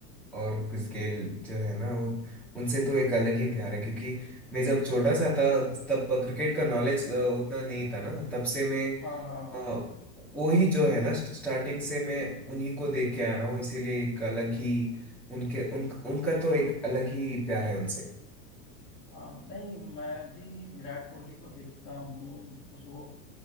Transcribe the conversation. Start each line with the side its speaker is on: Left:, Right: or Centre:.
Centre: और क्रिस गेल जो है ना उन, उनसे तो एक अलग ही प्यार है क्योंकि मैं जब छोटा सा था तब क्रिकेट का नॉलेज उतना नहीं था ना तब से मैं
Left: हाँ हाँ हाँ
Centre: अ,
Left: हाँ हाँ
Centre: वो ही जो है ना स्टार्टिंग से मैं उन्हीं को देख के आ रहा हूँ इसीलिए एक अलग ही उनके उन, उनका तो एक अलग ही प्यार है उनसे
Left: हाँ, नहीं मैं भी विराट कोहली को देखता हूँ उस वो